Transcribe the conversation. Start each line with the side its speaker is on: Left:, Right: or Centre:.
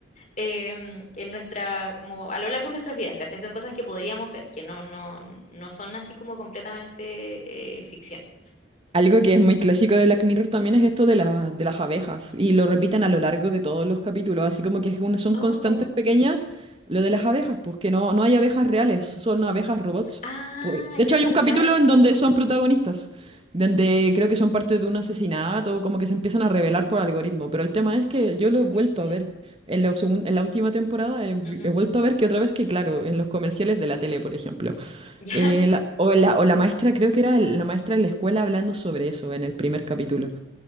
Left: em, en nuestra, como a lo largo de nuestras vidas, ¿cachai? Son cosas que podríamos ver, que no, no, no son así como completamente eh, ficción.
Right: Algo que es muy clásico de Black Mirror también es esto de, la- de las abejas, y lo repiten a lo largo de todos los capítulos, así como que es una- son
Left: Oh,
Right: constantes
Left: ¿cómo?
Right: pequeñas lo de las abejas, pues que no, no hay abejas reales, son abejas robots.
Left: Ah,
Right: Por- De
Left: ya
Right: hecho,
Left: no
Right: hay
Left: cachaba
Right: un capítulo
Left: eso.
Right: en donde son protagonistas, donde creo que son parte de un asesinato, como que se empiezan a revelar por algoritmo, pero el tema es que yo lo he vuelto
Left: Brígido.
Right: a ver en la, segun- en la última temporada, he,
Left: Ujú,
Right: he vuelto a ver que otra vez que, claro, en los comerciales de la tele, por ejemplo.
Left: <laughs> Ya.
Right: Eh, la- o, la, o la maestra, creo que era la maestra de la escuela hablando sobre eso en el primer capítulo.